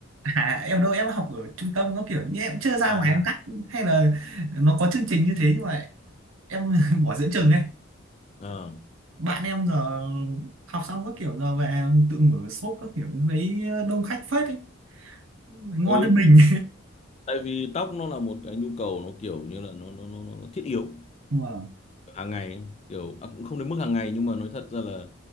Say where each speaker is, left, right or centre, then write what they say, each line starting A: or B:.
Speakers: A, on the right; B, on the left.
A: À, em đâu em học ở trung tâm có kiểu như em chưa ra
B: à
A: ngoài em
B: à,
A: cắt hay là nó có chương trình như thế nhưng mà em <laughs> bỏ giữa chừng này
B: ờ
A: bạn em giờ học xong các kiểu giờ về tự mở shop các kiểu lấy đông khách phết ấy ngon
B: ừ
A: hơn mình
B: tại vì tóc nó là một cái nhu cầu nó kiểu như là nó nó nó, nó nó thiết yếu
A: <laughs> mà
B: hàng ngày ấy. kiểu à, cũng không đến mức hàng ngày nhưng mà nói thật ra là